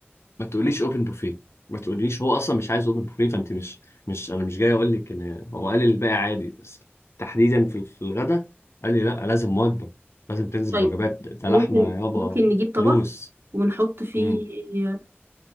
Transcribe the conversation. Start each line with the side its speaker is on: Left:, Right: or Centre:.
Left: ما تقوليش اوبن بوفيه ما تقوليش هو اصلا مش عايز اوبن بوفيه فانت مش مش انا مش جاي اقول لك ان هو قال لي الباقي عادي بس تحديدا في في الغدا قال لي لا لازم وجبه لازم تنزل
Right: طيب
Left: بوجبات ده ده
Right: ممكن
Left: لحمه يابا
Right: ممكن نجيب طبق
Left: فلوس
Right: ونحط فيه
Left: مم.